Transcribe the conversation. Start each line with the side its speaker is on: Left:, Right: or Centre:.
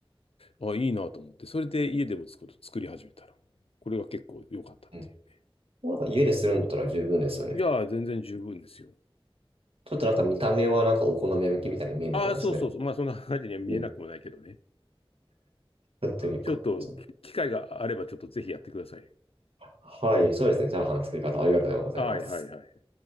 Left: う。あ、いいなと思って、それで家でも作る作り始めたら、これが結構良かったっていうね。
Right: うん。なんか家でするんだったら十分ですよね。
Left: いやー、全然十分ですよ。
Right: ちょっとなんか見た目はなんかお好み焼きみたいに見えるのかもしれない。
Left: ああ、そうそうそう。まあ、そんな感じには見えなくもないけどね。
Right: うん。ちょっとびっくりしまし
Left: ちょっと、機会があれば、ちょっとぜひやってください。
Right: た。はい、そうですね。チャーハンの作り方ありがとうございます。
Left: はいはいはい。